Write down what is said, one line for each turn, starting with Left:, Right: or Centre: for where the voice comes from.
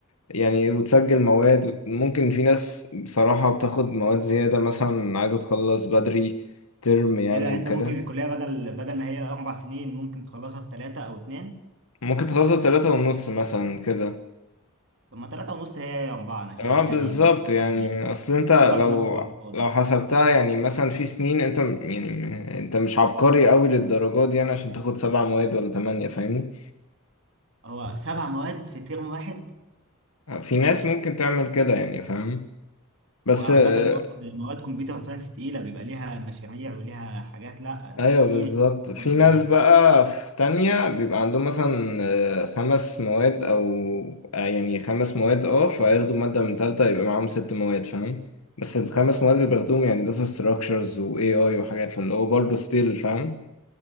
Left: يعني وتسجل مواد وت- ممكن في ناس بصراحه بتاخد مواد زياده مثلا عايزه تخلص بدري ترم يعني
Right: ايه ده
Left: وكده
Right: انت ممكن الكلية بدل بدل ما هي اربع سنين ممكن تخلصها في ثلاثة او اتنين
Left: ممكن تخلصها بتلاتة ونص مثلا كده
Right: طب ما ثلاثة ونص هي اربعة انا شايف
Left: اه بالظبط
Right: يعني
Left: يعني
Right: عمل ايه؟
Left: اصل انت لو
Right: ضغط نفسه على الفاضي
Left: لو حسبتها يعني مثلا في سنين انت م- يعني م- انت مش عبقري قوي للدرجة دي يعني عشان تاخد سبع مواد ولا تمانية فاهمني
Right: هو سبع مواد في ترم واحد
Left: آه، في ناس ممكن تعمل كده يعني فاهم بس
Right: هو عامة
Left: آه،
Right: مواد مواد كمبيوتر ساينس تقيلة بيبقى ليها مشاريع وليها حاجات لا
Left: ايوه
Right: مستحيل
Left: بالظبط
Right: يكون سبع
Left: في
Right: مواد
Left: ناس بقى في تانية بيبقى عندهم مثلا آه، خمس مواد او آه، يعني خمس مواد اه فياخدوا مادة من تالتة يبقى معاهم ست مواد فاهم بس الخمس مواد اللي بياخدوهم يعني داتا ستراكشرز و AI وحاجات فاللي هو برضه ستيل فاهم